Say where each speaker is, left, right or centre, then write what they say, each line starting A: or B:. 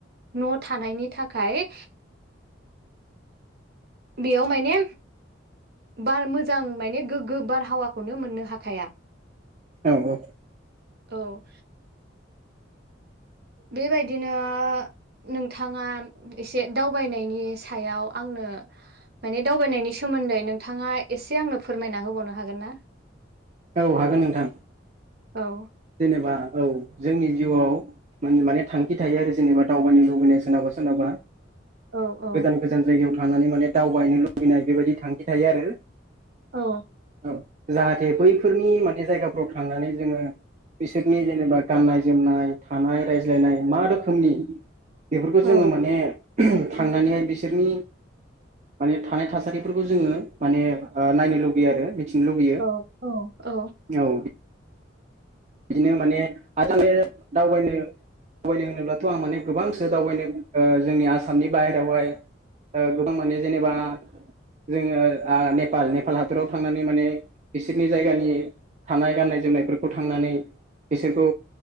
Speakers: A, on the right; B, on the right.
A: न' थानायनि थाखाय बेयाव माने बार मोजां माने गोग्गो बारहावाखौनो मोननो हाखाया
B: औ औ
A: औ बेबायदिनो नोंथाङा एसे दावबायनायनि सायाव आंनो माने दावबायनायनि सोमोन्दै नोंथाङा एसे आंनो फोरमायना होबावनो हागोन ना
B: औ हागोन नोंथां
A: औ
B: जेनेबा औ जोंनि जिउआव माने थांखि थायो आरो जेनेबा दावबायनो लुबैनाय सोनाब सोनावबा
A: औ औ
B: गोजान गोजान जायगायाव थांनानै माने दावबायनो लुबैनाय बेबायदि थांखि थायो आरो
A: औ
B: औ जाहाथे बैफोरनि माने जायगाफोराव थांनानै जोङो बिसोरनि जेनेबा गाननाय जोमनाय थानाय रायज्लायनाय मा रोखोमनि बेफोरखौ
A: औ
B: जोङो माने थांनानैहाय बिसोरनि माने थानाय थासारिफोरखौ जोङो माने नायनो लुबैयो आरो थिनो लुबैयो
A: औ औ औ
B: औ बिदिनो माने <unintelligible> दावबायनो दावबायनो होनोब्लाथ आं माने गोबांसो दावबायनो जोंनि आसामनि बाहेरायावहाय गोबां माने जेनेबा जोङो आ नेपाल नेपाल हादराव थांनानै माने बिसोरनि जायगानि थानाय गाननाय जोमनायफोरखौ थांनानै बिसोरखौ